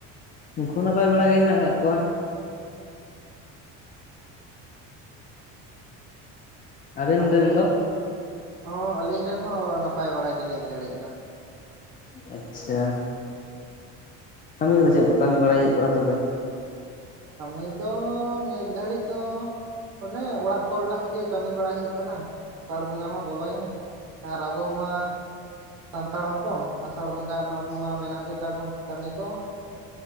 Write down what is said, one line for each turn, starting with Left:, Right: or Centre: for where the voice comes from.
Left: ᱩᱱᱠᱩ ᱱᱟᱯᱟᱭ ᱵᱟᱲᱟᱜᱮ ᱦᱮᱱᱟᱜ ᱟᱠᱟᱫ ᱠᱚᱣᱟ
Right: ᱟᱪᱪᱷᱟ
Left: ᱟᱵᱮᱱ
Right: ᱛᱟᱦᱚᱞᱮ
Left: ᱨᱮᱱ ᱫᱚ?
Right: ᱦᱚᱸ ᱟᱹᱞᱤᱧ ᱨᱮᱱ ᱦᱚᱸ ᱱᱟᱯᱟᱭ ᱵᱟᱲᱟ ᱜᱮ ᱱᱤᱛ ᱜᱷᱟᱹᱲᱤᱡ ᱫᱚ
Left: ᱟᱪᱪᱷᱟ ᱠᱟᱹᱢᱤ ᱠᱚᱫᱚ ᱪᱮᱫ ᱠᱚ ᱠᱟᱹᱢᱤ ᱵᱟᱲᱟᱭ ᱦᱩᱭᱩᱜ ᱠᱟᱱᱟ ᱛᱚᱵᱮ
Right: ᱠᱟᱹᱢᱤ ᱫᱚ ᱱᱤᱛ ᱜᱷᱟᱹᱲᱤᱡ ᱫᱚ ᱚᱱᱮ ᱚᱲᱟᱜ ᱠᱚᱨᱮᱱᱟᱜ ᱜᱮ ᱠᱟᱹᱢᱤ ᱵᱟᱲᱟᱭ ᱦᱩᱭᱩᱜ ᱠᱟᱱᱟ ᱟᱥᱟᱲ ᱵᱚᱸᱜᱟ ᱢᱟ ᱵᱚᱞᱚᱭᱮᱱᱟ ᱟᱨ ᱟᱵᱚ ᱢᱟ ᱥᱟᱱᱛᱟᱲ ᱦᱚᱯᱚᱱ ᱟᱥᱟᱲ ᱵᱚᱸᱜᱟ ᱢᱟ ᱟᱵᱚ ᱢᱟ ᱢᱮᱱᱟᱜ ᱜᱮᱛᱟ ᱵᱚᱱ ᱠᱟᱹᱢᱤ ᱠᱚ